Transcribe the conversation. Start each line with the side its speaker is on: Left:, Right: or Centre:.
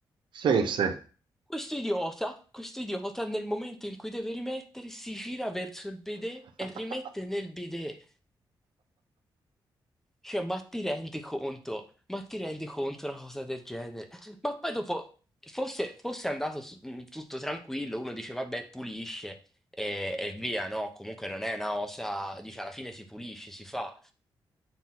Right: sì, sì.
Centre: Questo idiota, questo idiota nel momento in cui deve rimettere si gira verso il bidet
Right: <laughs>
Centre: e rimette nel bidet. Cioè, ma ti rendi conto? Ma ti rendi conto una cosa del genere? Ma poi dopo, fosse, fosse andato su- mh, tutto tranquillo, uno dice, vabbè, pulisce e, e via, no? Comunque non è una cosa, dice, alla fine si pulisce, si fa.